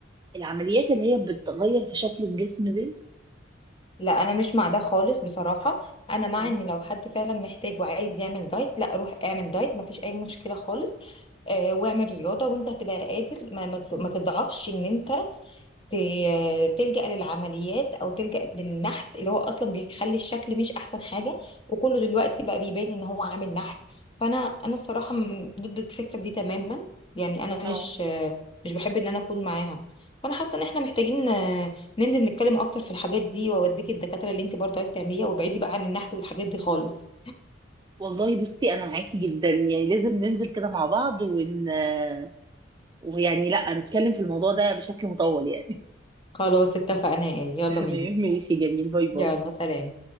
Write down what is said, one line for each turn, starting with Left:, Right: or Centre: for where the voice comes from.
Right: العمليات اللي هي بتغير في شكل الجسم دي
Left: لا انا مش مع ده خالص بصراحه انا مع
Right: مم.
Left: ان لو حد فعلا محتاج وعايز يعمل دايت لا روح اعمل دايت مفيش اي مشكله خالص آه واعمل رياضه وانت هتبقى قادر ما, ما ما تضعفش ان انت ت- تلجأ للعمليات او تلجأ للنحت اللي هو اصلا بيخلي الشكل مش احسن حاجة وكله دلوقتي بقى بيبان ان هو عامل نحت فانا انا الصراحة م- ضد الفكرة دي تماما يعني انا
Right: اه
Left: مش مش بحب ان انا اكون معاها فانا حاسة ان احنا محتاجين آه، ننزل نتكلم اكتر في الحاجات دي واوديك الدكاترة اللي انت برضه عايز تعمليها وابعدي بقى عن النحت والحاجات دي خالص
Right: والله بصي انا معاكي جدا يعني لازم ننزل كده مع بعض ون آه، ويعني لا نتكلم في الموضوع ده بشكل مطول يعني
Left: خلاص اتفقنا ايه يلا
Right: <laughs> تمام
Left: بينا
Right: ماشي جميل باي باي
Left: يلا سلام